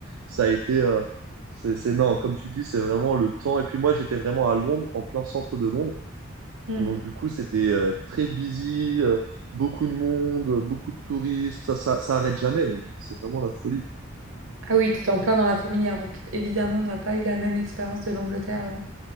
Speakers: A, on the right; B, on the right.
A: ça a été, euh, c'est, c'est, non, comme tu dis, c'est vraiment le temps. Et puis moi, j'étais vraiment à Londres, en plein centre de Londres.
B: Hmm.
A: Donc du coup, c'était euh, très busy, euh, beaucoup de monde, beaucoup de touristes. Ça, ça, ça arrête jamais. Londres. C'est vraiment la folie.
B: Ah oui, t'étais en plein dans la fourmilière, donc évidemment, on n'a pas eu la même expérience de l'Angleterre. euh.